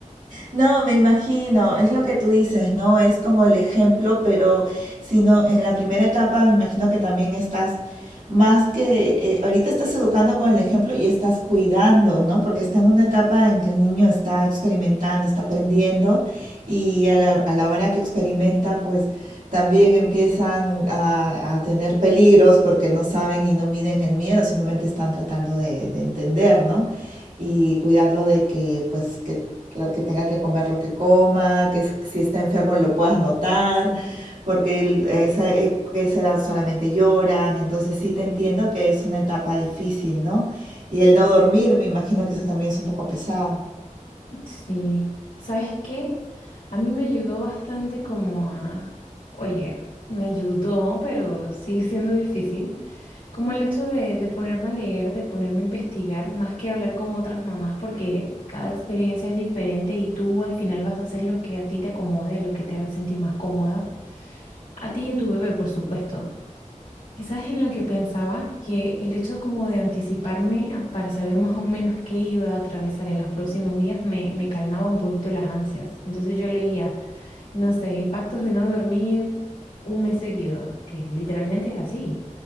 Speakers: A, on the right; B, on the left.
A: No, me imagino, es lo que tú dices, ¿no? Es como el ejemplo, pero si no, en la primera etapa me imagino que también estás más que eh, ahorita estás educando con el ejemplo y estás cuidando, ¿no? Porque está en una etapa en que el niño está experimentando, está aprendiendo y a la, a la hora que experimenta, pues también empiezan a, a tener peligros porque no saben y no miden el miedo, simplemente están tratando de, de entender, ¿no? y cuidarlo de que, pues, que, que tenga que comer lo que coma, que si está enfermo lo puedas notar, porque él, esa, esa edad solamente lloran, entonces sí te entiendo que es una etapa difícil, ¿no? Y el no dormir, me imagino que eso también es un poco pesado.
B: Sí, ¿sabes qué? A mí me ayudó bastante como a, oye, me ayudó, pero sigue siendo difícil Como el hecho de, de ponerme a leer, de ponerme a investigar, más que hablar con otras mamás, porque cada experiencia es diferente y tú al final vas a hacer lo que a ti te acomode, lo que te haga sentir más cómoda, a ti y a tu bebé, por supuesto. Y sabes en lo que pensaba, que el hecho como de anticiparme a- para saber más o menos qué iba a atravesar en los próximos días me, me calmaba un poquito las ansias. Entonces yo leía, no sé, impactos de no dormir un mes seguido, que literalmente es así.